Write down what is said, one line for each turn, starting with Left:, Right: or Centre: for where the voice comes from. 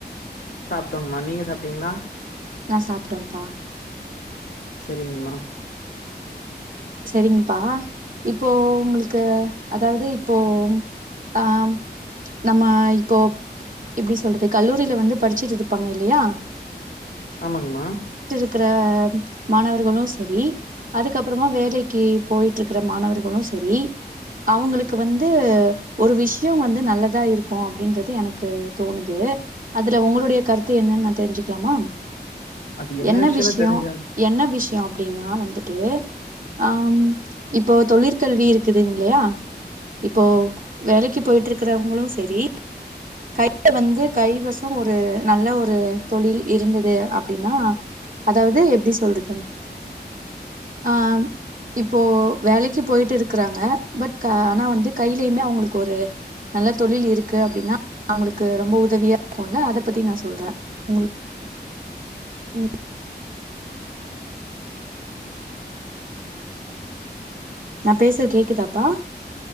Left: டோங்மா நீங்க சாப்டீங்களா
Right: நா சாப்ட்டம்பா
Left: செரிங்ம்மா
Right: செரிங்கப்பா இப்போ உங்குளுக்கு அதாவுது இப்போ ஆ நம்ம இப்போ எப்டி சொல்றது கல்லூரில வந்து படிச்சுட்டு இருப்பாங்க இல்லையா
Left: ஆமாங்கமா
Right: ருக்கிற மாணவர்களு செரி அதுக்கப்றமா வே வேலக்கி போயிட்டு இருகுற மாணவர்களு சரி அவங்களுக்கு வந்து ஒரு விஷயம் வந்து நல்லதா இருக்கூ அப்டின்றது எனக்கு தோணுது அதுல உங்களுடைய கருத்து என்னானு நா தெரிஞ்சுக்லாமா
Left: அது
Right: என்ன
Left: விஷயம்னு
Right: விஷ்யோ
Left: தெரிஞ்சா
Right: என்ன விஷ் யா அப்டின்னா வந்துட்டு ஆம் இப்போ தொழிற்கல்வி இருக் க்குதுங்லையா இப்போ வேலைக்கி போயிட்டுருக்கறவங்களு சரி கையில வந்து கைவசோ ஒரு நல்ல ஒரு தொழில் இருந்துது அப்டினா அதாவ்து எப்டி சொல்றது ஆ இப்போ வேலைக்கி போயிட்டு இருக்கறாங்க பட் ஆனா வந்து கையிலயுமே அவுங்களுக்கு ஒரு நல்ல தொழில் இருக்கு அப்டின்னா அவுங்களுக்கு ரொம்ப உதவியா இருக்குல்ல அத பத்தி நா சொல்ற உங்களுக் ம் நா பேசறது கேக்குதாப்பா